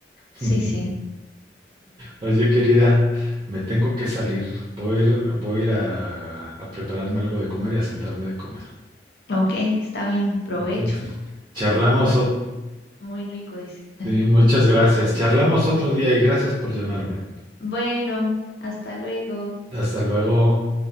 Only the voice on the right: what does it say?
<laughs>
Oye, querida, me tengo que salir. Voy, a ir- voy a ir a, a prepararme algo de comer y a sentarme de comer.
Entonces, charlamos,
ot-
sí, muchas gracias. Charlamos otro día y gracias por llamarme.
Hasta luego.